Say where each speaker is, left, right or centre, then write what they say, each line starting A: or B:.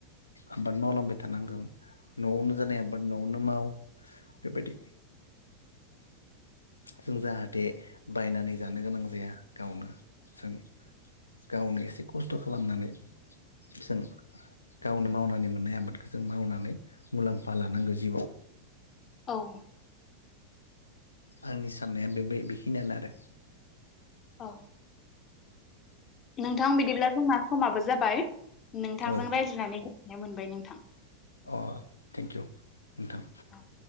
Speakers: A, on the left; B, on the left.
A: आबाद मावलांबाय थानांगौ न'आवनो जानाय आबाद न'आवनो माव बेबायदि जों जाहाथे बायनानै जानो गोनां जाया गावनो जों गावनो एसे खस्थ' खालामनानै जों गावनो मावनानै मोननाय आबादखौ जों मावनानै मुलाम्फा लानांगो जिउआव
B: औ
A: आंनि साननाया बे बाय बेखिनियानो आरो
B: औ नोंथां बिदिब्ला जोंना समाबो जाबाय नोंथांजों
A: आरो औ
B: रायज्लायनानै नाय मोनबाय नोंथां
A: अ थेंकिउ नोंथां
B: औ